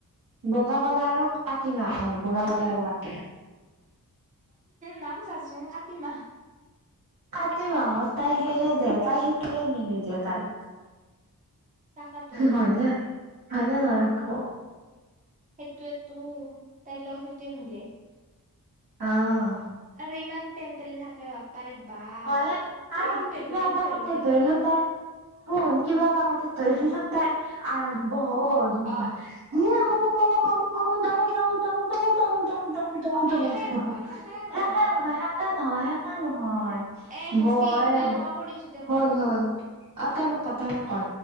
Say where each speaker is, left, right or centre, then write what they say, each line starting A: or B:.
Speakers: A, on the right; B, on the right.
A: বগা, কলা আৰু কাটিমা। অ' বগা, কলা আৰু কাটি
B: নাম চাচোন কাটিমা।
A: কাতি মাহত তাই সেয়ে যে তাই সেইটোৱে মিলি দিয়ে তাইক।
B: তাকাতোন
A: হয়নে-হয়নে নহয় ক?
B: সেইটোৱেতো তাইৰ লগত সেইটোৱে মিলে।
A: অহ,
B: আৰু ইমান পেল পেলে থাকে বাপ্পাৰে বাপ
A: হয়ে আৰু
B: পেলু-পেলু
A: কিবা
B: -পেলু-পেলু
A: এটা কথা
B: - পেলু-পেলু।
A: ধৰি ল তাই শুন কিবা এটা কথাত ধৰি ল' তাইৰ আৰম্ভ হল <unintelligible>
B: অ
A: <unintelligible> তমুক-তমুক-তমুক-তমুক
B: অ শেষে নহয়
A: শেষে
B: তাইৰ
A: নহয়- শেষে নহয়-শেষে নহয়।
B: এ হচি
A: বয়েব
B: এ মই কৰি আছো দে মই
A: হ'ল
B: কৰি
A: -হ'ল
B: আছো
A: অ, তই মোক কৰ - তই মোক কৰ।